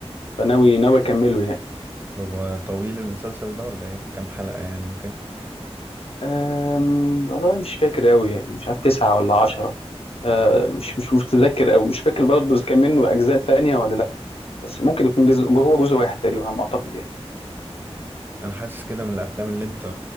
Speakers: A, on the left; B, on the right.
A: فناوي ناوي اكمله يعني
B: هو طويل المسلسل ده ولا ايه كام حلقة يعني وكده
A: أم... والله مش فاكر أوي يعني مش عارف تسعة ولا عشرة أه مش مش متذكر أوي مش فاكر برضه إذا كان منه أجزاء تانية ولا لأ بس ممكن يكون جزء هو جزء واحد تقريبا على ما أعتقد يعني
B: انا حاسس كده من الافلام اللي انت